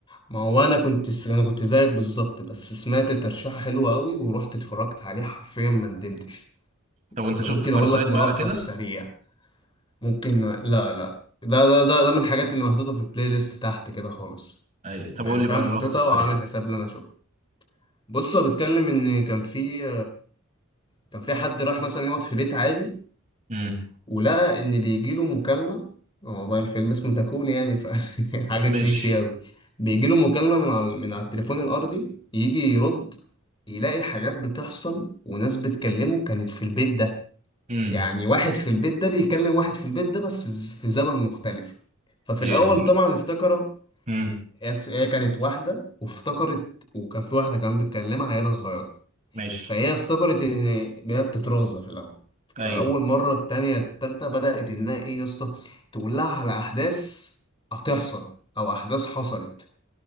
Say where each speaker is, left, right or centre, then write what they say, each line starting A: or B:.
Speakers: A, on the left; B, on the right.
A: ما هو انا كنت انا كنت زيك بالظبط بس سمعت ترشيحة حلوة قوي ورحت اتفرجت عليه حرفيا ما ندمتش
B: طب وانت شفت
A: انا ممكن
B: باراسايت
A: اقول لك
B: بقى
A: ملخص
B: على كده
A: سريع ممكن لا لا ده ده ده ده من الحاجات اللي محطوطة في البلاي ليست تحت كده خالص
B: اي طب
A: يعني
B: قول لي
A: فاهم
B: بقى الملخص
A: حاططها
B: السريع
A: وعامل حساب ان انا اشوفها بص هو بيتكلم ان كان في كان في حد راح مثلا يقعد في بيت عادي
B: امم
A: ولقى ان بيجيله مكالمه هو بقى الفيلم اسمه تاكون يعني ف <laughs> حاجه
B: ماشي
A: كليشيه اوي بيجيله مكالمه من على من على التليفون الارضي يجي يرد يلاقي حاجات بتحصل وناس بتكلمه كانت في البيت ده
B: امم
A: يعني واحد في البيت ده بيكلم واحد في البيت ده بس في زمن مختلف ففي
B: يعني
A: الاول طبعا افتكر
B: امم
A: هي هي كانت واحده وافتكرت وكان في واحده كمان بتكلمها عيله صغيره
B: ماشي
A: فهي افتكرت ان هي بتترازى في الاول
B: ايوه
A: فاول مره التانية التالتة بدات انها ايه يا اسطى تقول لها على احداث هتحصل او احداث حصلت